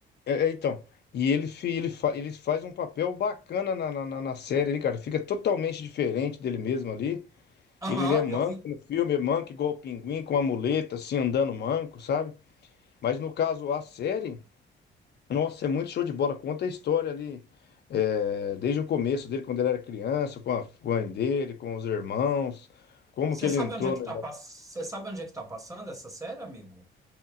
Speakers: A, on the left; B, on the right.
A: É, é, então. E ele, fi- ele, fa- ele faz um papel bacana na, na, na- na série, ele, cara. Fica totalmente diferente dele mesmo ali.
B: Aham,
A: Ele é manco
B: eu vi.
A: no filme, é manco igual o pinguim, com a muleta, assim, andando manco, sabe? Mas no caso, a série, nossa, é muito show de bola. Conta a história ali, é, desde o começo dele, quando ele era criança, com a mãe dele, com os irmãos, como
B: Você
A: que ele
B: sabe
A: entrou
B: onde é que
A: no
B: tá pass... Você sabe onde é que tá passando essa série, amigo?